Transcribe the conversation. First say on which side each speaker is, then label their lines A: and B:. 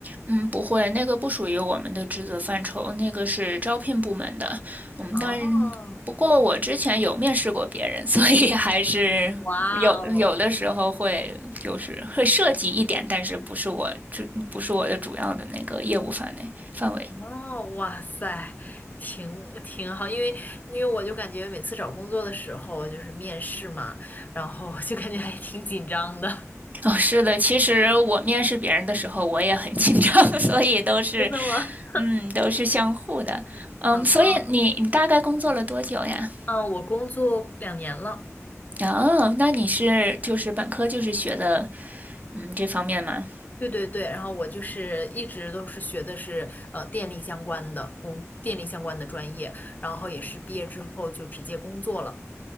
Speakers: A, on the right (about 30°); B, on the left (about 35°).
A: 嗯，不会，那个不属于我们的职责范畴，那个是招聘部门的。我们当然，
B: 哦，
A: 不过我之前有面试过别人，<laughs> 所以还是有有的时候会就是会涉及一点，
B: 哇哦，
A: 但是不是我主不是我的主要的那个业务范围范围。
B: 哦，哇塞，挺挺好，因为因为我就感觉每次找工作的时候就是面试嘛，然后就感觉还挺紧张的。
A: 哦，是的，其实我面试别人的时候我也很紧张，<laughs> 所以都是，
B: <laughs> 真的吗？
A: 嗯，都是相互的。嗯，
B: <laughs>
A: 所以你你大概工作了多久呀？
B: 啊，嗯，我工作两年了。
A: 哦，那你是就是本科就是学的，嗯，这方面吗？
B: 对对对，然后我就是一直都是学的是呃电力相关的工，电力相关的专业，然后也是毕业之后就直接工作了。